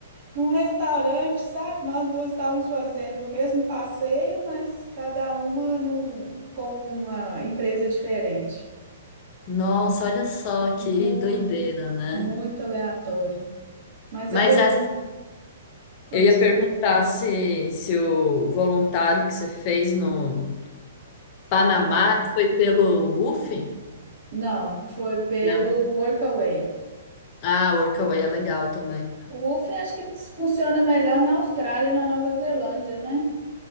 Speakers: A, on the right; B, on the left.
A: num restaurante, sabe? Nós duas estávamos fazendo o mesmo passeio, mas cada uma num, com uma empresa diferente.
B: nossa, olha só que
A: Muito,
B: doideira, né?
A: muito aleatório. Mas
B: Mas
A: é gostoso.
B: essa, eu
A: desculpa,
B: ia perguntar se, se o voluntário que você fez no Panamá
A: Panamá.
B: foi pelo WUF?
A: Não, foi pelo
B: Não.
A: Workaway.
B: Ah, Workaway é legal também.
A: O Wolfen acho que funciona melhor na Austrália e na Nova Zelândia, né?